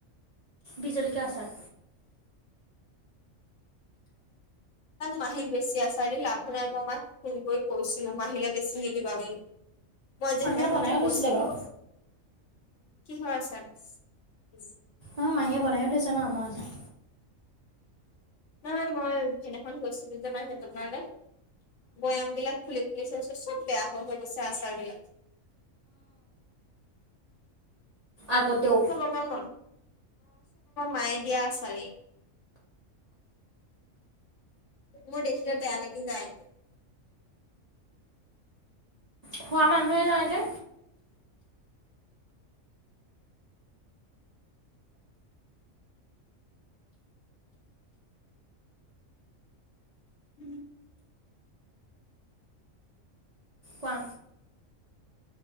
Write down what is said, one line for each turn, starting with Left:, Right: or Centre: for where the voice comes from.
Right: বিহজলকীয়া আচাৰ।
Left: মাহী বেছি আচাৰ দি লাভো নাই মই মাক ফোন কৰি কৈছো মাহিলে বেছি নিদিবা বুলি। মই যে
Right: মাহীয়ে
Left: সিদিনাখন
Right: বনায়ো
Left: যে
Right: থৈছিলে
Left: কৈছিলো।
Right: বাৰু
Left: কিহৰ আচাৰ? উম
Right: অ মাহীয়ে বনায়ো থৈছে ন আমৰ আচাৰ
Left: নহয় মই সেইদিনাখন গৈছিলো যে মাহীহঁতৰ ঘৰলে। বৈয়াম বিলাক খুলি খুলি চাইছো চব বেয়া হৈ হৈ গৈছে আচাৰবিলাক।
Right: আগতেও
Left: <unintelligible> অ চব আমাৰ মায়ে দিয়া আচাৰে। মোৰ দেখিয়ে বেয়া লাগি যায়
Right: খোৱা মানুহে নাই যে।
Left: উম।
Right: কোৱা।